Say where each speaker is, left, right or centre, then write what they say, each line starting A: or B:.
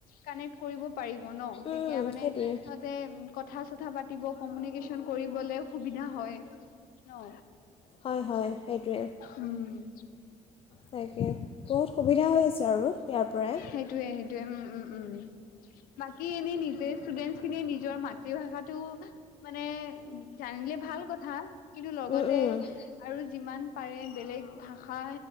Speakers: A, on the left (about 90°); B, on the left (about 40°).
A: কানেক্ট কৰিব পাৰিব ন। তেতিয়া
B: উম
A: মানে
B: সেইটোৱে
A: সিহঁতে কথা পাতিব কমিউনিকেশ্বন কৰিবলে সুবিধা হয় ন।
B: হয় হয় সেইটোৱে।
A: উম
B: তাকে বহুত সুবিধা হৈ আছে আৰু ইয়াৰ পৰাই
A: সেইটোৱে। উম উম উম বাকী এনে নিজে ষ্টুডেন্টছখিনিয়ে নিজৰ মাত <unintelligible> ভাষাটো মানে জানিলে ভাল কথা। কিন্তু লগতে
B: উম উম
A: আৰু যিমান পাৰে বেলেগ ভাষা